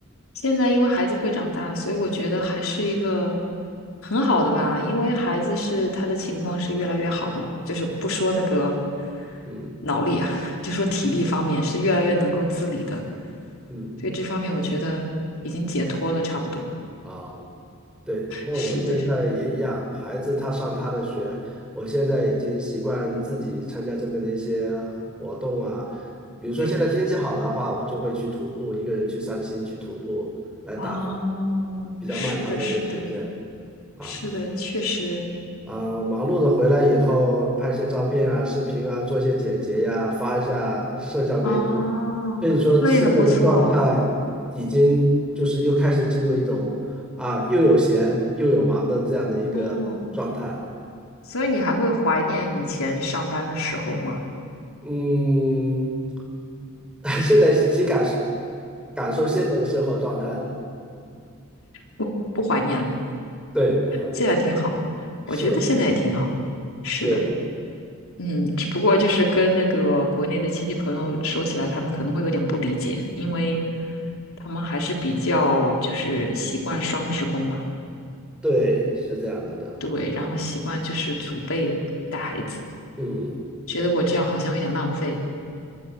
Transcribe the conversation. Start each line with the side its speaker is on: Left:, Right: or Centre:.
Left: 现在因为孩子会长大，所以我觉得还是一个很好的吧。因为孩子是他的情况是越来越好的嘛，就是不说那个
Centre: 嗯
Left: 脑力啊，<laughs> 就说体力方面是越来越能够自理的，
Centre: 嗯，
Left: 所以这方面我觉得已经解脱了，差不多。
Centre: 啊。对，那我现在也一样，
Left: 是的，
Centre: 孩子他上他的学，我现在已经习惯自己参加这边的一些活动啊，比如说现在天气好的话，
Left: 对，
Centre: 我就会去徒步，一个人去散心去徒步，来打发
Left: 哦，
Centre: 比较漫长的一个时间
Left: 是的，是的，
Centre: 啊。
Left: 是的，确实，
Centre: 啊、忙碌的回来以后，拍一些照片啊、视频啊，做一些剪辑呀，发一下社交媒体。
Left: 哦，
Centre: 所以说，
Left: 那也很不错，
Centre: 现在的状态已经就是又开始进入一种啊，又有闲又有忙的这样的一个状态。
Left: 嗯。所以你还会怀念以前上班的时候吗？
Centre: 嗯，<laughs> 现在其感受感受现在的生活状态了。
Left: 不，不怀念了。
Centre: 对，不会这了，
Left: 现在挺好，
Centre: 是，
Left: 我觉得现在也挺好。是的，
Centre: 对的，
Left: 嗯，只不过就是跟那个国内的亲戚朋友说起来，他们可能会有点不理解，因为他们还是比较就是习惯双职工嘛，
Centre: 对，是这样子的。
Left: 对，然后习惯就是祖辈带孩子，
Centre: 嗯。
Left: 觉得我这样好像有点浪费。